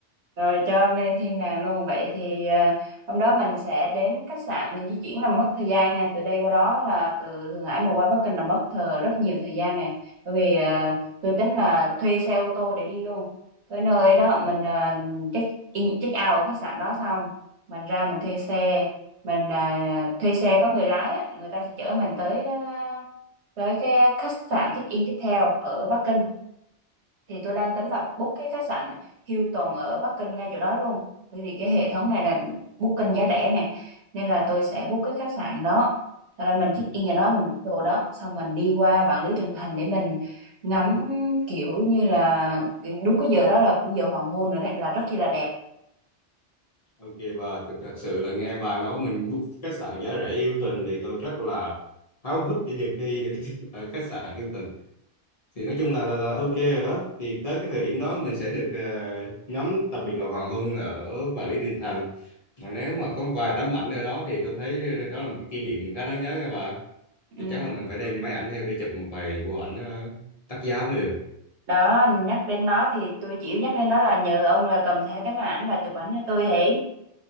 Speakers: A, on the right; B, on the left.
A: rồi cho ông lên thiên đàng luôn vậy thì à, hôm đó mình sẽ đến khách sạn mình di chuyển là mất thời gian nha từ đây qua đó là từ Thượng Hải mà qua Bắc Kinh là mất thờ rất nhiều thời gian nè bởi vì à, tôi tính là thuê xe ô tô để đi luôn tới nơi đó mình à, check in check out ở khách sạn đó xong mình ra mình thuê xe mình à, thuê xe có người lái á, người ta sẽ chở mình tới à, tới cái khách sạn check in tiếp theo ở Bắc Kinh thì tôi đang tính là book cái khách sạn Hilton ở Bắc Kinh ngay chỗ đó luôn bởi vì cái hệ thống này là booking giá rẻ nè nên là tôi sẽ book cái khách sạn đó sau đó mình check in ở đó mình book đồ đó xong mình đi qua Vạn Lý Trường Thành để mình ngắm kiểu như là kiểu đúng cái giờ đó là cũng giờ hoàng hôn rồi đấy là rất chi là đẹp
B: Ok bà, thực, thật sự là nghe bà nói mình book khách sạn giá rẻ Hilton thì tôi rất là háo hức để được đi được <laughs> ở khách sạn Hilton. Thì nói chung là, là là ok rồi đó. Thì tới cái thời điểm đó mình sẽ được ờ, ngắm đặc biệt là hoàng hôn ở Vạn Lý Đường Thành. Mà nếu mà có vài tấm ảnh ở đó thì tôi thấy đó là một cái kỷ niệm khá đáng nhớ nha bà.
A: ừ.
B: Chắc chắn là mình phải đem máy ảnh theo để chụp một vài bộ ảnh ờ, đắt giá mới được.
A: đó nhắc đến nó thì tôi chỉ nhắc đến đó là nhờ ông là cầm theo cái máy ảnh và chụp ảnh cho tôi hỉ